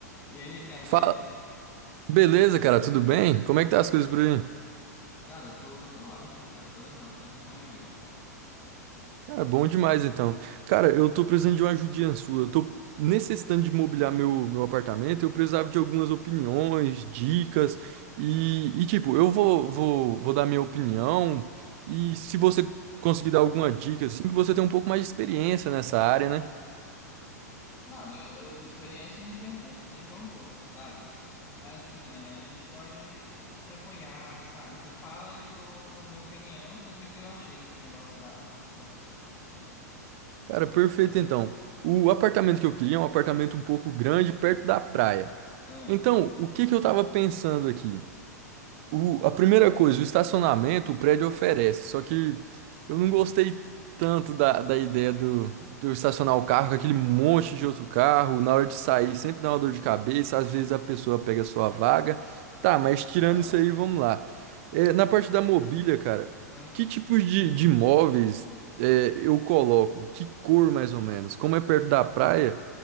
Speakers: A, on the left; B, on the right.
A: E aí, cara,
B: Fala.
A: beleza?
B: Beleza, cara, tudo bem? Como é que tá as coisas por aí?
A: Cara, eu tô, tô ótimo, cara, tô levando, sabe como é a vida.
B: É bom demais, então. Cara, eu tô precisando de uma ajudinha sua. Eu tô necessitando de mobiliar meu, meu apartamento. Eu precisava de algumas opiniões, dicas. E, e, tipo, eu vou, vou, vou dar minha opinião. E se você conseguir dar alguma dica, assim, que você tem um pouco mais de experiência nessa área, né?
A: Olha, eu- eu- experiência eu não tenho não, eu só tenho bom gosto, sabe? Mas assim, a gente pode se apoiar, sabe? Tu fala e eu dou uma, minha opinião sobre o que eu achei desse negócio da, da tua escolha, sei lá.
B: Cara, perfeito, então. O apartamento que eu queria é um apartamento um pouco grande, perto da praia.
A: Ah,
B: Então, o que que eu tava pensando aqui? O- a primeira coisa, o estacionamento o prédio oferece, só que eu não gostei tanto da, da ideia do, de eu estacionar o carro com aquele monte de outro carro, na hora de sair sempre dá uma dor de cabeça, às vezes a pessoa pega a sua vaga. Tá, mas tirando
A: ah,
B: isso aí, vamos lá. É, na parte da mobília, cara,
A: aham.
B: que tipos de, de móveis é, eu coloco? Que cor mais ou menos? Como é perto da praia,